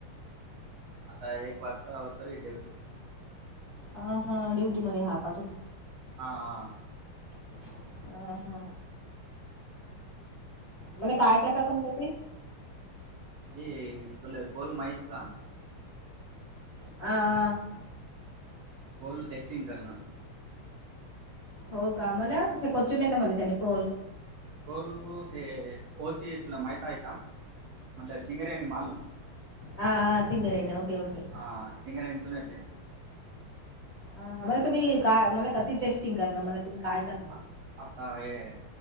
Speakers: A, on the right (about 90°); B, on the left (about 40°).
A: आता एक वाजता हो तरी जेवतो
B: ह हा ड्युटी मध्ये हा का तुम्ही
A: हा हा
B: अ हा म्हला काय करता तुम्ही तिथे
A: हे तुला कोल माहीत का
B: आ
A: कोल टेस्टिंग करणं
B: हो का मला कुठे कोचून येतं मला त्याने खोल
A: टोलू ते ओसीथला माहता आहे का म्हणटलं सिंगरे आणि मालूम
B: ह सिंगरणे ओके ओके
A: ह सिंगर यांंचून येते
B: ह म्ह तुम्ही काय मला कस टेस्टिंग करणं मला तुम्ही काय करता
A: आ आता हे